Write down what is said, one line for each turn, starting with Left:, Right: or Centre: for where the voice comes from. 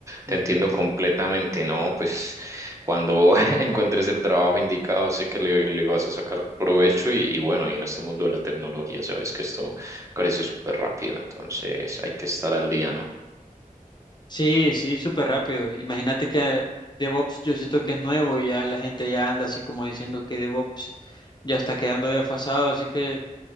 Right: te
Left: Ujú.
Right: entiendo completamente, ¿no? Pues cuando <laughs> encuentres el trabajo indicado, sé que le, le vas a sacar provecho y, y bueno, y en este mundo de la tecnología, sabes que esto crece súper rápido, entonces hay que estar al día, ¿no?
Left: Sí, sí, súper rápido. Imagínate que DevOps yo siento que es nuevo y ya la gente ya anda así como diciendo que DevOps ya está quedando desfasado, así que